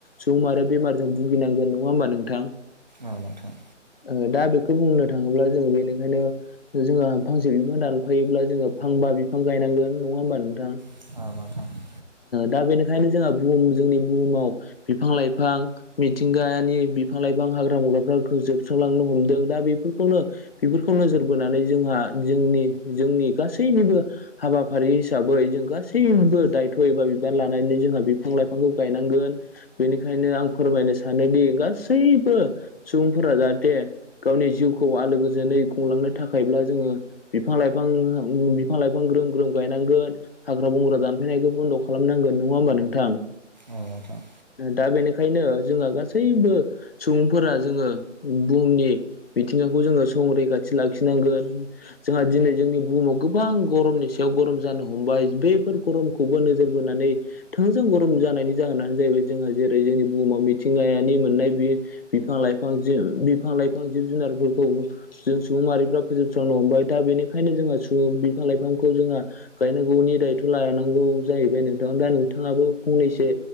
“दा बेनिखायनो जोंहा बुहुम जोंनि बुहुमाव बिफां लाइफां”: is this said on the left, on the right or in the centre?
Left